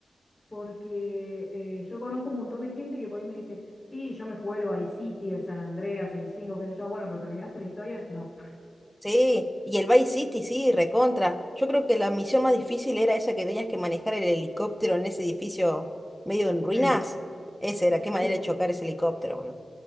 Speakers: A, on the left; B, in the centre.
A: porque eh, yo conozco un montón de gente que por ahí me dice, sí, yo me jugué el Vice City, el San Andreas, el 5 qué sé yo, bueno, pero ¿terminaste la historia? No.
B: Sí, y el Vice City, sí, recontra. Yo creo que la misión más difícil era esa que tenías que manejar el helicóptero en ese edificio medio en ruinas.
A: Sí.
B: Esa era, qué manera
A: Sí,
B: de chocar ese helicóptero, boludo.